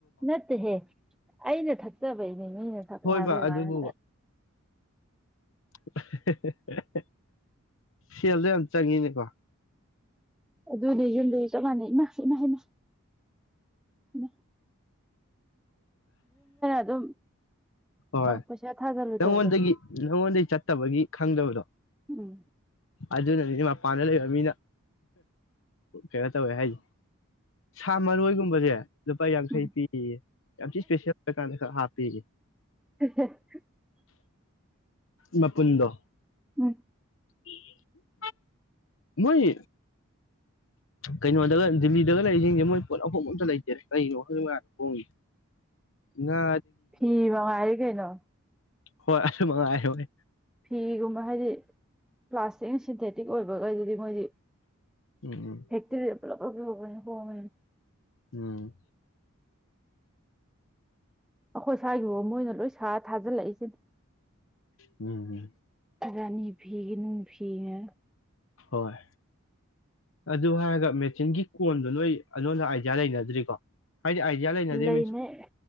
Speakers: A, in the centre; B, on the left.
A: ꯅꯠꯇꯦꯍꯦ ꯑꯩꯅ ꯊꯛꯆꯕꯩꯅꯦ ꯃꯤꯅ ꯊꯛꯄꯦ
B: ꯍꯣꯏꯕ
A: ꯍꯥꯏꯕꯩ
B: ꯑꯗꯨꯕꯨ
A: ꯋꯥꯅ
B: <unintelligible> ꯁꯦꯜꯗꯣ ꯌꯥꯝ ꯆꯪꯉꯤꯅꯦꯀꯣ
A: ꯑꯗꯨꯗꯤ ꯌꯨꯝꯗꯨꯁꯨ ꯆꯞ ꯃꯥꯟꯅꯩ ꯏꯃꯥ ꯏꯃꯥ ꯏꯃꯥ ꯎꯝ ꯑꯗꯨꯝ
B: ꯍꯣꯏ
A: ꯄꯩꯁꯥ ꯊꯥꯖꯜꯂꯨꯗꯕꯗꯣ
B: ꯅꯪꯉꯣꯟꯗꯒꯤ ꯅꯪꯉꯣꯟꯗꯒꯤ ꯆꯠꯇꯕꯒꯤ ꯈꯪꯗꯕꯗꯣ
A: ꯎꯝ
B: ꯑꯗꯨꯅꯅꯤꯅꯦ ꯃꯄꯥꯟꯗ ꯂꯩꯕ ꯃꯤꯅ ꯀꯩꯅꯣ ꯇꯧꯋꯦ ꯍꯥꯏꯁ ꯁꯥ ꯃꯔꯣꯏꯒꯨꯝꯕꯁꯦ ꯂꯨꯄꯥ ꯌꯥꯡꯈꯩ
A: ꯎꯝ
B: ꯄꯤꯌꯦ ꯌꯥꯝ ꯏꯁꯄꯦꯁꯦꯜ ꯑꯣꯏꯔꯀꯥꯟꯗ ꯍꯥꯄꯤꯤꯒ
A: <unintelligible>
B: ꯃ ꯄꯨꯨꯟꯗ
A: ꯎꯝ
B: ꯎ ꯃꯣꯏ
A: <unintelligible>
B: ꯀꯩꯅꯣꯗꯒ ꯗꯤꯜꯂꯤꯗꯒ ꯂꯩꯔꯤꯁꯤꯡꯁꯦ ꯃꯣꯏ ꯄꯣꯠ ꯑꯐꯥꯎꯕ ꯑꯝꯇ ꯂꯩꯇꯦꯔ ꯀꯔꯤꯅꯣ ꯈꯪꯗꯣꯡꯦ ꯉꯥ
A: ꯐꯤ ꯃꯉꯥꯏꯔꯤꯦ ꯀꯩꯅꯣ
B: ꯍꯣꯏ ꯑꯗꯨ ꯃꯉꯥꯏ ꯍꯣꯏ
A: ꯐꯤꯒꯨꯝꯕ ꯍꯥꯏꯗꯤ ꯄ꯭ꯂꯥꯁꯇꯤꯛ ꯑꯦ ꯁꯤꯟꯊꯦꯇꯤꯛ ꯑꯣꯏꯕꯈꯩꯗꯗꯤ ꯃꯣꯏꯗꯤ
B: ꯎꯝ ꯎꯝ
A: ꯐꯦꯛꯇꯔꯤꯗ ꯄꯨꯂꯞ ꯄꯨꯂꯞ ꯂꯧꯕꯅꯦ ꯍꯣꯡꯉꯦꯅ
B: ꯎꯝ
A: ꯑꯈꯣꯏ ꯏꯁ꯭ꯋꯥꯏꯒꯤ ꯐꯥꯎ ꯃꯣꯏꯅ ꯂꯣꯏ ꯁꯥꯔ ꯊꯥꯖꯤꯜ ꯂꯛꯏꯁꯤꯅꯤ
B: ꯎꯝ ꯎꯝ
A: ꯔꯥꯅꯤ ꯐꯤꯒꯏ ꯅꯨꯡ ꯐꯤꯉ
B: ꯍꯣꯏ ꯑꯗꯨ ꯍꯥꯏꯔꯒ ꯃꯦꯆꯤꯟꯒꯤ ꯀꯣꯟꯗꯨꯣ ꯅꯣꯏ ꯑꯩꯉꯣꯟꯗ ꯑꯥꯏꯗꯤꯌꯥ ꯂꯩꯅꯗ꯭ꯔꯤꯀꯣ ꯍꯥꯏꯗꯤ ꯑꯥꯏꯗꯤꯌꯥ ꯂꯩꯅꯗꯦ
A: ꯂꯩꯅꯩ
B: ꯃꯤꯟꯁ